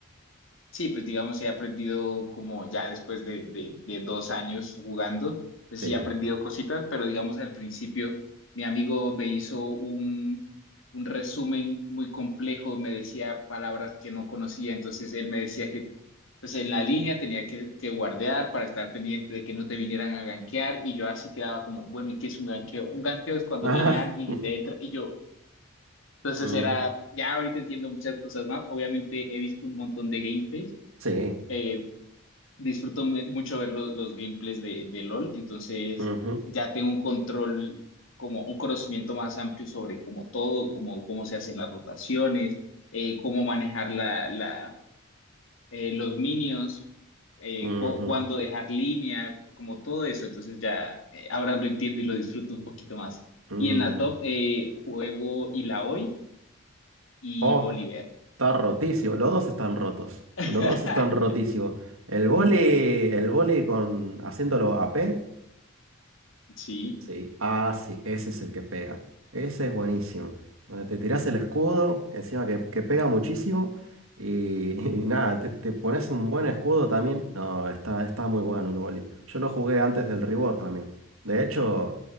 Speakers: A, on the left (about 65°); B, on the right (about 80°).
A: Sí, pues digamos, he aprendido como ya después de, de, de dos años jugando, pues
B: Sí.
A: sí he aprendido cositas, pero digamos al principio mi amigo me hizo un, un resumen muy complejo, me decía palabras que no conocía, entonces él me decía que pues en la línea tenía que, que guardear para estar pendiente de que no te vinieran a gankear y yo así quedaba como, bueno, ¿y qué es un ganqueo? Un ganqueo es cuando
B: <laughs>
A: viene alguien y te entra y yo. Entonces
B: Ujú,
A: era, ya ahorita entiendo muchas cosas más, obviamente he visto un montón de gameplays
B: Sí.
A: eh, disfruto me- mucho ver lo- los gameplays de, de LOL, entonces
B: ujú,
A: ya tengo un control, como un conocimiento más amplio sobre como todo, como cómo se hacen las rotaciones, eh, cómo manejar la, la, eh, los minions, eh,
B: ujú,
A: cu- cuándo dejar línea, como todo eso, entonces ya eh, ahora lo entiendo y lo disfruto un poquito más.
B: mm.
A: Y en la top eh, juego Ilaoi y
B: Oh,
A: Bolívar.
B: está rotísimo. Los dos están rotos.
A: <laughs>
B: Los dos están rotísimos. El vóley, el vóley con haciéndolo a P.
A: Sí,
B: Sí, ah, sí, ese es el que pega. Ese es buenísimo. Donde te tiras el escudo, encima que, que pega muchísimo. Y, <laughs> y nada, te, te pones un buen escudo también. No, está, está muy bueno el boli. Yo lo jugué antes del rework también. De hecho,